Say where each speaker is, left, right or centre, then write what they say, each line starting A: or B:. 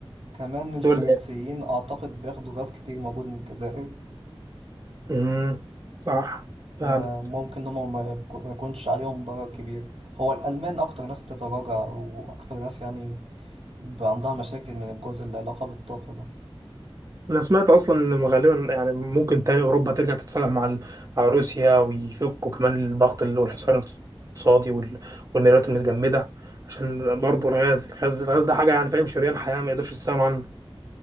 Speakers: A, on the right; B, on the right.
A: كمان الفرنسيين
B: دول
A: أعتقد بياخدوا غاز كتير موجود من الجزائر
B: امم صح فعلا
A: فممكن هما ما يكو- ما يكونش عليهم ضرر كبير هو الألمان أكتر ناس بتتراجع وأكتر ناس يعني ب- عندها مشاكل من الجزء اللي علاقة بالطاقة ده
B: انا سمعت اصلا ان غالبا يعني ممكن تاني اوروبا ترجع تتصالح مع ال- مع روسيا ويفكوا كمان الضغط اللي هو الحصار الاقتصادي وال- والميرات المتجمده عشان برضه الغاز الغاز الغاز ده حاجه يعني فاهم شريان حياه ما يقدرش يستغنوا عنه